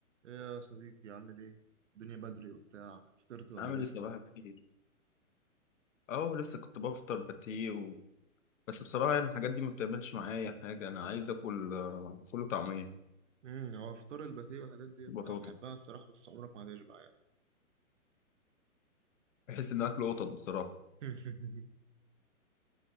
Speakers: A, on the right; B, on the left.
A: ايه يا صديقي عامل ايه الدنيا بدري وبتاع فطرت ولا
B: عامل ايه
A: لسه
B: صباح الخير اهو لسه كنت بفطر باتيه و... بس بصراحه يعني الحاجات دي ما بتعملش معايا حاجه انا عايز اكل آه، فول وطعميه
A: امم هو فطار الباتيه والحاجات ديت
B: بطاطا
A: انا بحبها الصراحه بس عمرك ما هتشبع يعني
B: بحس ان اكل قطط بصراحه
A: <laughs>